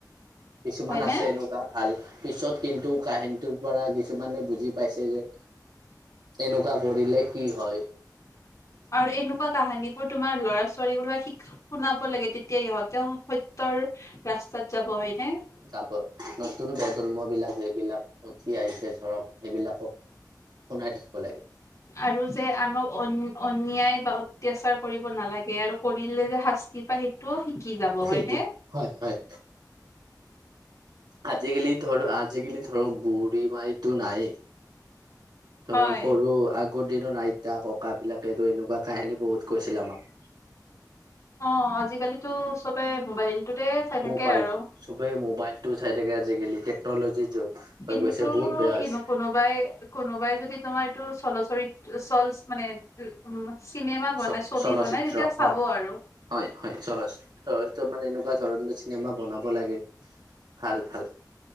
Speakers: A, on the right; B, on the left.
A: কিছুমান
B: হয়নে?
A: আছে এনেকুৱা ভাল পিছত কিন্তু কাহিনটোৰ পৰা কিছুমানে বুজি পাইছে যে এনেকুৱা কৰিলে কি হয়।
B: আৰু এনেকুৱা কাহানী বোৰ তোমাৰ ল'ৰা ছোৱালী বিলাক শিক্ষা শুনাব লাগে তেতিয়া ইহঁতে সত্যৰ ৰাস্তাত যাব হয়নে?
A: যাব, নতুন প্ৰজন্ম বিলাক যবিলাক উঠি আহিছে ধৰক সেইবিলাকক শুনাই থাকিব লাগে।
B: আৰু যে আনক অন্যায় বা অত্যাচাৰ কৰিব নালাগে আৰু কৰিলে যে শাস্তি পাই সেই টো শিকি যাব
A: সেইটো
B: হয় নে?
A: হয় হয়। আজিকালি ধৰ আজিকালি ধৰ বুঢ়ী মানুহটো নাইয়ে। ধৰক
B: হয়।
A: সৰু আগৰ দিনত আইতা ককা বিলাকে এনেকুৱা কাহিনী বহুত কৈছিল আমাক।
B: অ আজিকালিতো চবে মোবাইলটোতে চাই থাকে
A: মোবাইল,
B: আৰু
A: চবেই মোবাইলটো চাই থাকে আজিকালি, টেকন'লজি যোগ। হৈ
B: কিন্তু
A: গৈছে, বহুত বেয়া
B: কিনো
A: আছে।
B: কোনোবাই, কোনোবাই যদি তোমাৰ এইটো চলচৰিত, চলচ মানে উম, চিনেমা বনাই,
A: চ
B: ছবি
A: চলচিত্ৰ
B: বনাই তেতিয়া চাব
A: অ
B: আৰু।
A: হয় হয় চলছ, অ' মানে এনেকুৱা ধৰণৰ চিনেমা বনাব লাগে। ভাল, ভাল।